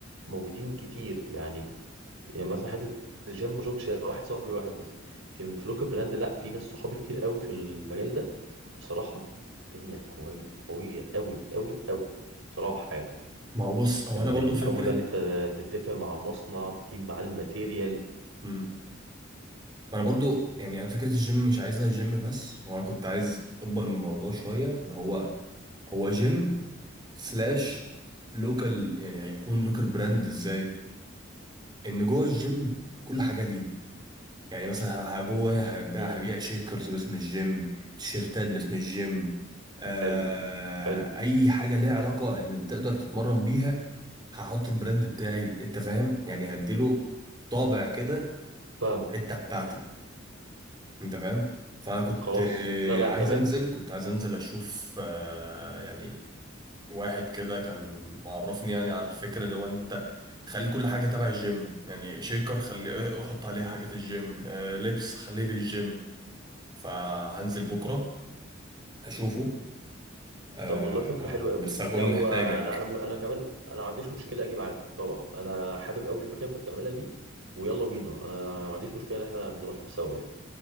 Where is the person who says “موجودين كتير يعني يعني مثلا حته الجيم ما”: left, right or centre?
Right